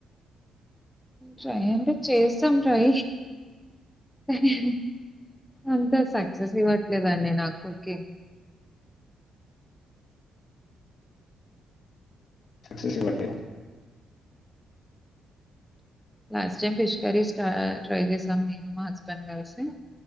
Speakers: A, in the centre; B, on the left.
A: ట్రై అంటే చేస్తాం ట్రై కానీ అంత సక్సెస్ ఇవ్వట్లేదండి నాకు. ఓకే
B: సక్సెస్ ని బట్టి ఆ
A: లాస్టైమ్ ఫిష్ కర్రీ స్ స్టా ట్రై చేసాం, నేను మా హస్బెండ్ గల్సి